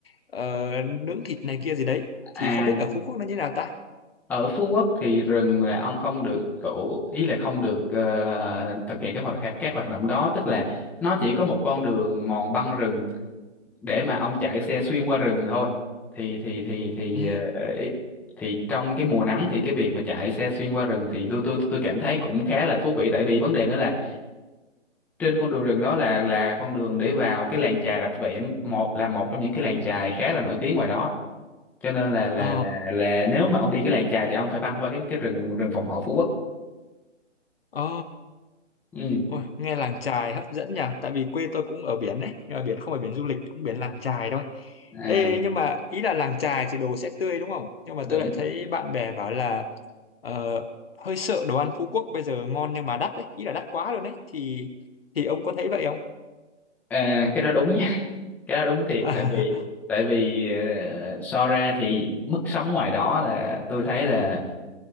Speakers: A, on the left (about 50°); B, in the centre.
A: ờ, nướng thịt này kia gì đấy
B: À
A: thì không biết ở Phú Quốc nó như nào ta
B: ở Phú Quốc thì rừng là ông không được tụ ý là không được ờ, thực hiện các hoạt các hoạt động đó tức là nó chỉ có một con đường mòn băng rừng để mà ông chạy xe xuyên qua rừng thôi thì thì thì thì
A: ừ
B: ờ, ờ, ý- thì trong cái mùa nắng thì cái việc mà chạy xe xuyên qua rừng thì tôi tôi tôi cảm thấy cũng khá là thú vị tại vì vấn đề nữa là trên con đường rừng đó là là con đường để vào cái làng chài Rạch Vẹm một là một trong những cái làng chài khá là nổi tiếng ngoài đó cho nên là là
A: ờ
B: là là nếu mà ông đi cái làng chài thì ông phải băng qua cái cái rừng rừng phòng hộ Phú Quốc
A: ờ
B: ừ
A: Ôi, nghe làng chài hấp dẫn nhỉ tại vì quê tôi cũng ở biển đấy nhưng mà biển không phải biển du lịch cũng biển làng chài thôi
B: à
A: Ê, nhưng mà ý là làng chài thì đồ sẽ tươi đúng không nhưng mà
B: đúng
A: tôi lại thấy bạn bè bảo là ờ, hơi sợ đồ ăn Phú Quốc bây giờ ngon nhưng mà đắt đấy ý là đắt quá luôn đấy thì thì ông có thấy vậy không
B: à, cái đó đúng nha cái đó đúng thiệt
A: <laughs>
B: tại vì tại vì ờ, so ra thì mức sống ngoài đó là tôi thấy là